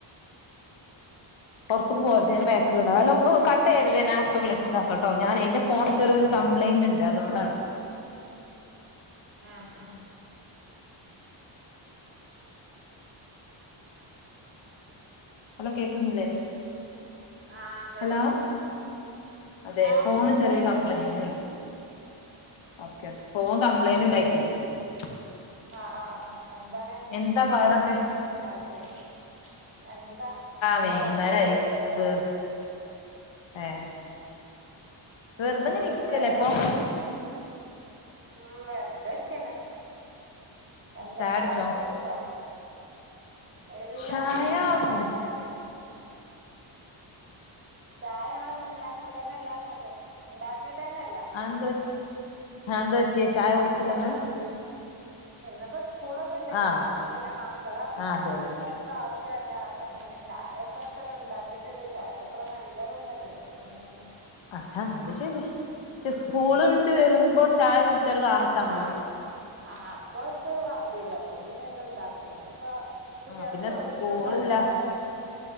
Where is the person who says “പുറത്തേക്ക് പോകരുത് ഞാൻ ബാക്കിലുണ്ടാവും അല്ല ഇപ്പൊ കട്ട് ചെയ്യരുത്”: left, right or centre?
Left